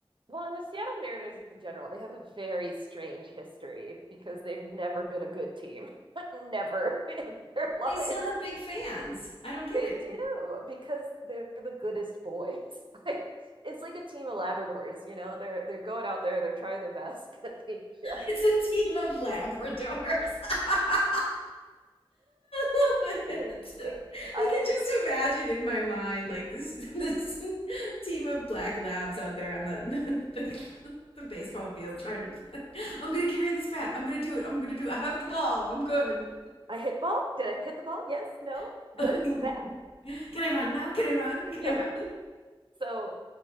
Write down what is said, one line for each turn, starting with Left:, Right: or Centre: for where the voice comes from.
Right: well, and the Seattle Mariners in general, they have a very strange history because they've never been a good team, <laughs> never in their lives.
Left: they still have big fans. I don't get
Right: They
Left: it.
Right: do because they're the goodest boys. <laughs> Like, it's like a team of Labradors, you know. They're they're going out there, they're trying their best, <laughs> but they just
Left: It's a team of Labradors. <laughs> I love it.
Right: no.
Left: I
Right: Like I,
Left: can just imagine in my mind like this <laughs> this team of black labs out there on the <laughs> the, the baseball field trying to play. I'm gonna carry this bat. I'm gonna do it. I'm gonna do it. I have
Right: <laughs>
Left: the ball.
Right: you
Left: I'm good.
Right: I hit ball. Did I hit the ball? Yes, no,
Left: <laughs>
Right: good,
Left: Can
Right: bad.
Left: I run now? Can I run? <laughs> Can
Right: Yeah.
Left: I run?
Right: So